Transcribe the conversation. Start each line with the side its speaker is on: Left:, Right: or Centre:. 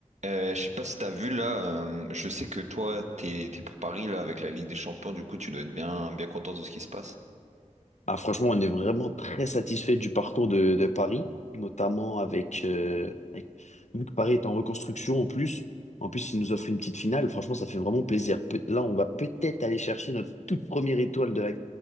Right: Euh, je sais pas si t'as vu là, euh, je sais que toi t'es t'es pour Paris là avec la Ligue des Champions, du coup tu dois être bien bien content de ce qui se passe.
Left: Ah, franchement, on est vraiment très satisfait du parcours de, de Paris, notamment avec, euh, avec- Vu que Paris est en reconstruction en plus, en plus, il nous offre une petite finale. Franchement, ça fait vraiment plaisir. Peut- Là, on va peut-être aller chercher notre toute première étoile de la,